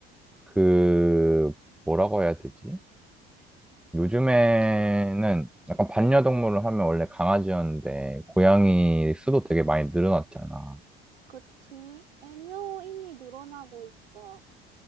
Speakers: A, in the centre; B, on the right.
A: 그, 뭐라고 해야 되지? 요즘에는 약간 반려동물을 하면 원래 강아지였는데, 고양이 수도 되게 많이 늘어났잖아.
B: 그치. 애묘인이 늘어나고 있어.